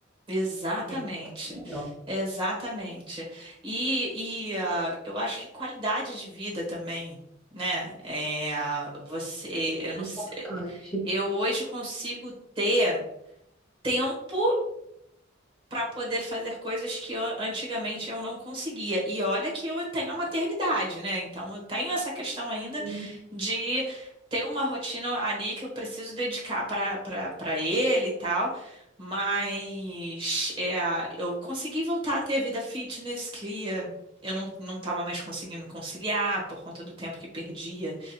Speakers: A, on the right; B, in the centre.
A: Exatamente.
B: É muito melhor,
A: Exatamente. E, e ah, eu acho que qualidade de vida também, né? É, ah, você, eu
B: mais
A: não sei.
B: importante.
A: Eu hoje consigo ter tempo. para poder fazer coisas que eu- antigamente eu não conseguia. E olha que eu tenho a maternidade, né? Então eu tenho essa questão ainda
B: E
A: de ter uma rotina ali que eu preciso dedicar para para para ele e tal. Mas é, eu consegui voltar a ter vida fitness que eh, eu não não estava mais conseguindo conciliar por conta do tempo que perdia